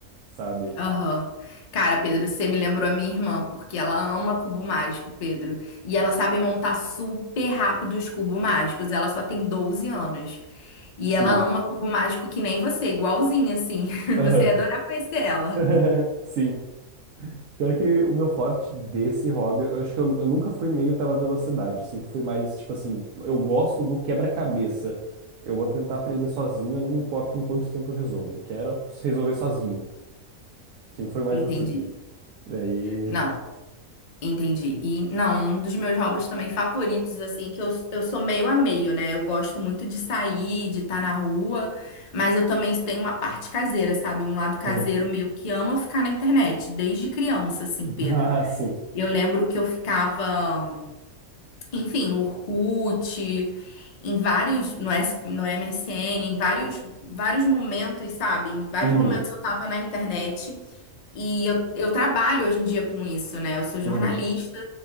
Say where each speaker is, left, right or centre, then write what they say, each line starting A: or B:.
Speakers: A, on the right (about 75°); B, on the left (about 75°).
A: sabe?
B: aham. Cara, Pedro, você me lembrou a minha irmã, porque ela ama cubo mágico, Pedro. E ela sabe montar super rápido os cubos mágicos. Ela só tem 12 anos. E
A: Sim.
B: ela ama cubo mágico que nem você, igualzinha, assim. <laughs>
A: Aham.
B: Você ia adorar conhecer ela.
A: <laughs> Sim. Pior que o meu forte desse hobby, eu acho que eu, eu nunca fui meio pela velocidade. Eu sempre fui mais, tipo assim, eu gosto do quebra-cabeça. Eu vou tentar aprender sozinho, eu não me importo em quanto tempo eu resolvo. Eu quero resolver sozinho. Sempre foi mais
B: Entendi.
A: assim. Daí.
B: Não, entendi. E não, um dos meus hobbies também favoritos, assim, que eu, eu sou meio a meio, né? Eu gosto muito de sair, de estar na rua, mas eu também tenho uma parte caseira, sabe? Um lado caseiro
A: Uhum.
B: meu que ama ficar na internet, desde criança, assim,
A: <laughs>
B: Pedro.
A: Ah, sim.
B: Eu lembro que eu ficava. enfim, no Orkut, em vários, no, S, no MSN, em vários, vários momentos, sabe? Em vários
A: Uhum.
B: momentos eu tava na internet e eu, eu trabalho hoje em dia com isso, né? Eu sou jornalista
A: Uhum.